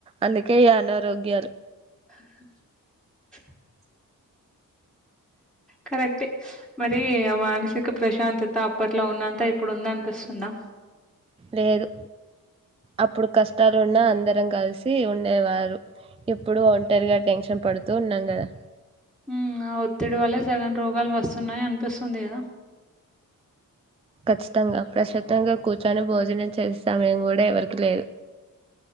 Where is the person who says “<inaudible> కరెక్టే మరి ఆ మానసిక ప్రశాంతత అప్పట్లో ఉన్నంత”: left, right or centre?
Centre